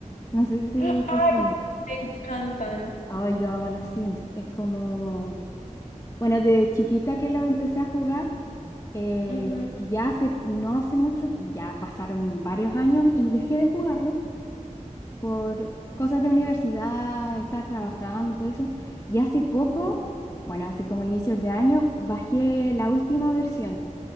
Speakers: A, on the left; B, on the left.
A: No sé si
B: <gasps> ¡Ay!
A: te suena.
B: Me encantan.
A: Ay, yo amo los Sims. Es como, bueno, de chiquita que los empecé a jugar. eh,
B: Ujú,
A: y ya hace, no hace mucho, ya pasaron varios años y dejé de jugarlo por cosas de universidad, estar trabajando, todo eso. Y hace poco,
B: ujú.
A: bueno, hace como inicios de año, bajé la última versión.